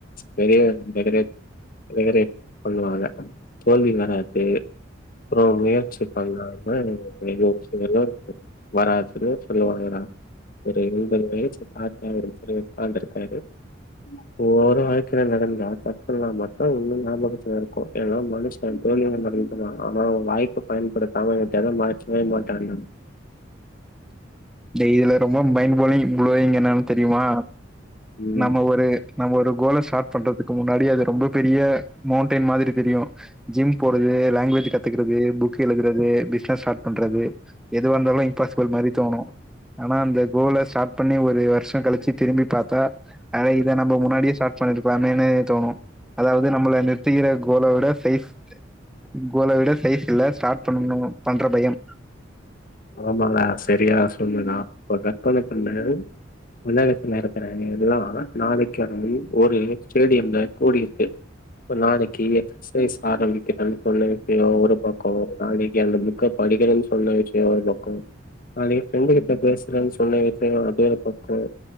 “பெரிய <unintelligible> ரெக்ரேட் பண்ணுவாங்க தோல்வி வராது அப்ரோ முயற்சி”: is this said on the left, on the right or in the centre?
Left